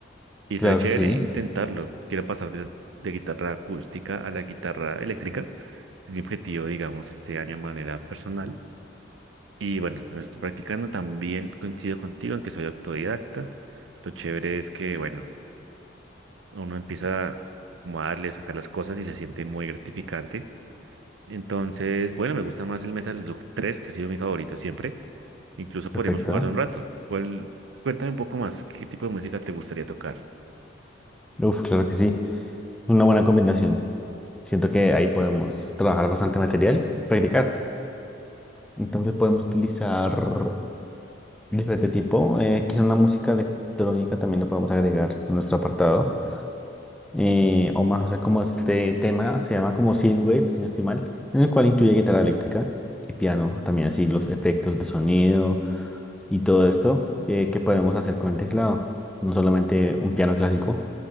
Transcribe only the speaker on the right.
Y
sería chévere
intentarlo. Quiero pasar de, de guitarra acústica a la guitarra eléctrica. Es mi objetivo, digamos, este año de manera personal. Y bueno, lo estoy practicando. También coincido contigo en que soy autodidacta. Lo chévere es que, bueno. uno empieza como a darle, sacar las cosas y se siente muy gratificante. Entonces, bueno, me gusta más el Metal Slug tres que ha sido mi favorito siempre. Incluso
podríamos jugarlo un rato. ¿Cuál- Cuéntame un poco más, ¿qué tipo de música te gustaría tocar?